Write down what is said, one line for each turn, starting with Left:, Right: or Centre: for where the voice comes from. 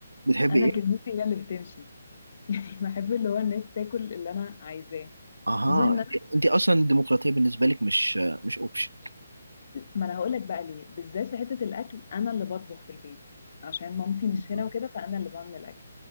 Right: بتحبي
Left: انا
Right: ايه؟
Left: كلمتي هي اللي بتمشي <laughs> يعني بحب اللي هو الناس تاكل اللي انا عايزاه
Right: اها
Left: خصوصا ان
Right: انت
Left: انا
Right: انت اصلا الديمقراطية بالنسبة لك مش مش اوبشن
Left: ما انا هقول لك بقى ليه بالذات في حته الاكل انا اللي بطبخ في البيت عشان مامتي مش هنا
Right: آه،
Left: وكده فانا اللي بعمل الاكل